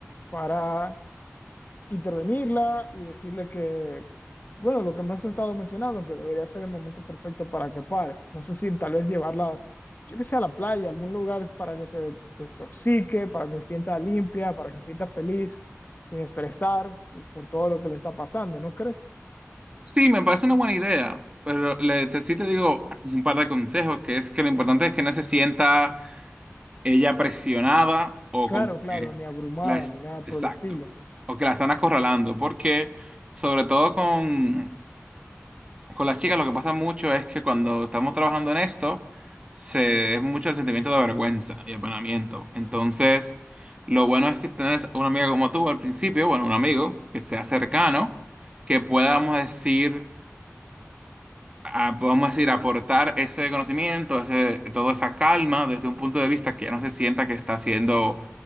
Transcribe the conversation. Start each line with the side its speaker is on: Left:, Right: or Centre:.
Left: para intervenirla y decirle que, bueno, lo que me has estado mencionando, que debería ser el momento perfecto para que pare. No sé si tal vez llevarla, yo que sé, a la playa, a algún lugar para que se desintoxique, para que se sienta limpia, para que se sienta feliz, sin estresar por, por todo lo que le está pasando, ¿no crees?
Right: sí, me parece una buena idea, pero le, te- sí te digo un par de consejos, que es que lo importante es que no se sienta ella presionaba o
Left: Claro,
Right: como
Left: claro,
Right: que
Left: ni abrumada,
Right: las...
Left: ni nada
Right: Exacto.
Left: por el estilo.
Right: O que la están acorralando, porque sobre todo con, con las chicas lo que pasa mucho es que cuando estamos trabajando en esto, se es mucho el sentimiento de vergüenza y apanamiento. Entonces, lo bueno es que tenés una amiga como tú al principio, bueno, un amigo que sea cercano, que podamos decir a- podemos decir, aportar ese conocimiento, ese, toda esa calma desde un punto de vista que ya no se sienta que está haciendo